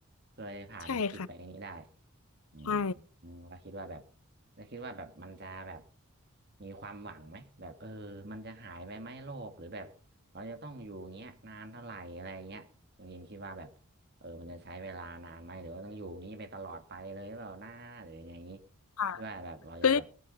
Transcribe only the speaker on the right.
เพื่อให้ผ่านวิกฤตไปนี้ได้
อืม
อืมเราคิดว่าแบบเราคิดว่าแบบมันจะแบบมีความหวังไหมแบบเออมันจะหายไปไหมโรคหรือแบบเราจะต้องอยู่อย่างเงี้ยนานเท่าไหร่อะไรเงี้ยคุณยิมคิดว่าแบบเออมันจะใช้เวลานานไหมหรือว่าต้องอยู่นี้ไปตลอดไปเลยเปล่าหน้าหรือยังไงงี้
คิดว่าแบบเราจะแบบ